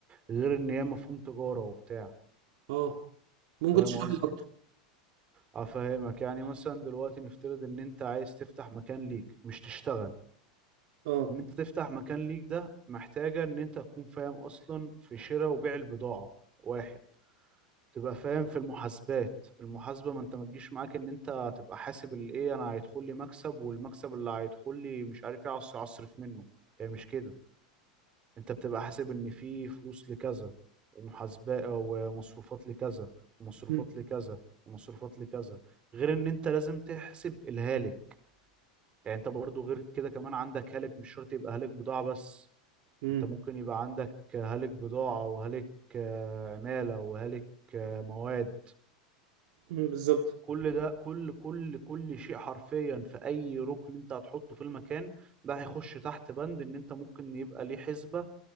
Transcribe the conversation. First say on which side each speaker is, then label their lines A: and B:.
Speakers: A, on the right (about 30°); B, on the right (about 60°).
A: غير ان هي مفهوم تجارة وبتاع
B: اه ممكن
A: فاهم
B: تشرح
A: قصدي
B: لي اكتر
A: افهمك يعني مثلا دلوقتي نفترض ان انت عايز تفتح مكان ليك مش تشتغل
B: اه
A: ان انت تفتح مكان ليك ده محتاجة ان انت تكون فاهم اصلا في شراء وبيع البضاعة واحد تبقى فاهم في المحاسبات المحاسبة ما انت ما تجيش معاك ان انت تبقى حاسب الايه انا هيدخل لي مكسب والمكسب اللي هيدخل لي مش عارف ايه اصرف اصرف منه هي مش كده انت بتبقى حاسب ان في فلوس لكذا ومحاسبة ومصروفات لكذا ومصروفات
B: امم
A: لكذا ومصروفات لكذا غير ان انت لازم تحسب الهالك يعني انت برضو غير كده كمان عندك هالك مش شرط يبقى هالك بضاعة بس
B: امم
A: انت ممكن يبقى عندك هالك بضاعة وهالك آه، عمالة وهالك آه، مواد
B: بالظبط
A: كل ده كل كل كل شيء حرفيا في اي ركن انت هتحطه في المكان ده هيخش تحت بند ان انت ممكن يبقى ليه حسبة